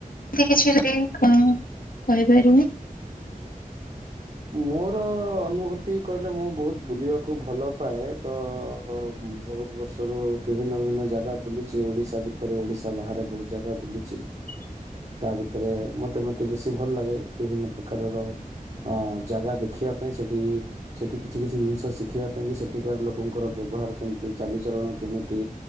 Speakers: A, on the left (about 70°); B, on the right (about 50°).
A: ତି କିଛି କରି କୁଁ କହିପାରିବେ?
B: ମୋର ଅନୁଭୂତି କହିଲେ ମୁଁ ବୋହୁତ ବୁଲିବାକୁ ଭଲ ପାଏ ତ ଉଁ ବୋହୁତ ବର୍ଷରୁ ବିଭିନ୍ନ ବିଭିନ୍ନ ଜାଗା ବୁଲିଚି ଓଡ଼ିଶା ଭିତରେ ଓଡ଼ିଶା ବାହାରେ ବୋହୁତ ଜାଗା ବୁଲିଚି।
A: <inaudible>
B: ତା ଭିତରେ ମତେ ମତେ ବେଶୀ ଭଲ ଲାଗେ ବିଭିନ୍ନ ପ୍ରକାରର ଅ ଜାଗା ଦେଖିବା ପାଇଁ ସେଠି ସେଠି କିଛି କିଛି ଜିନିଷ ଶିଖିବା କାହିଁକି ସେଠିକାର ଲୋକଙ୍କର ବ୍ୟବହାର କେମତି, ଚାଲିଚଳଣ କେମିତି,